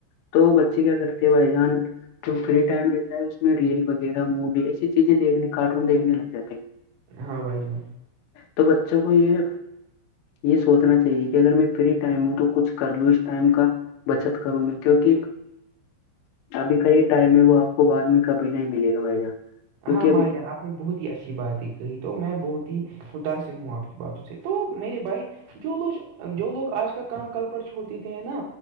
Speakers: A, on the left; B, on the right.
A: تو بچے کیا کرتے ہیں بھائی جان جو فری ٹائم رہتا ہے اس میں ریل وغیرہ مووی ایسی چیزیں دیکھنے کارٹون دیکھنے لگ جاتا ہیں
B: ہاں بھائی جان
A: تو بچوں کو یہ یہ سوچنا چاہیے کہ اگر ہم فری ٹائم ہو تو کچھ کر لوں اس ٹائم کا بچت کروں میں کیوںک ابھی کا یہ ٹائم ہے وہ آپ کو بعد میں کبھی نہیں ملے گا بھا جان کیونکہ
B: ہاں
A: ابھی
B: بائی جان بہت ہی اچھی بات ہی کہی تو میں بہت ہی متاثر ہوں آپ کی باتوں سے تو میرے بھائی جو لوج جو لوگ آج کا کام کل پر چھوڑ دیتے ہیں نا